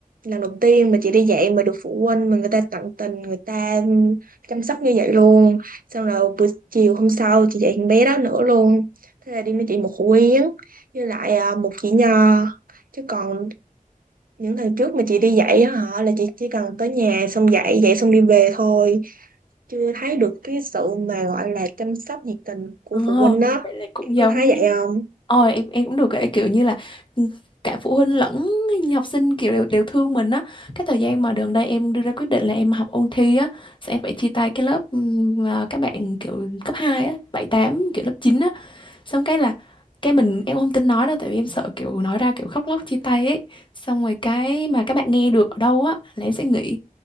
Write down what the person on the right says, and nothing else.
lần đầu tiên mà chị đi dạy mà được phụ huynh mà người ta tận tình người ta chăm sóc như vậy luôn xong rồi buổi chiều hôm sau chị dạy con bé đó nữa luôn thế là đi với chị một củ yến với lại à, một chỉ nho chứ còn những lần trước mà chị đi dạy á hả là chị chỉ cần tới nhà xong dạy dạy xong đi về thôi chưa thấy được cái sự mà gọi là chăm sóc nhiệt tình của
phụ huynh đó
em
có thấy vậy không